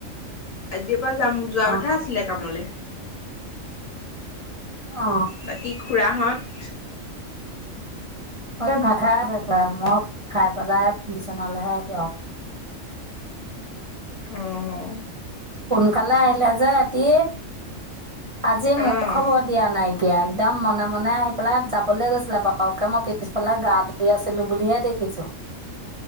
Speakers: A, on the left; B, on the right.
A: আজিৰ পৰা যাম যোৱা
B: অ
A: কথা আছিলে কামলৈ। <unintelligible>
B: অ
A: <unintelligible> বাকী খুৰাহঁত?
B: এই ভাত খাই আছে খুৰাই। মই খাই পেলাই বিচনালৈহে আহিছোঁ আৰু। <unintelligible>
A: অঁ! <inaudible>
B: সোনকালে আহিলে যে ৰাতি আজি মোকো
A: আহ
B: খাব <unintelligible> দিয়া নাই কিয়া একদম মনে-মনে আহি পেলাই যাবলৈ গৈছিলে বাৰুকে মই পিছফালে গা <unintelligible> শুই আছিলো বুলিহে দেখিছোঁ। <inaudible>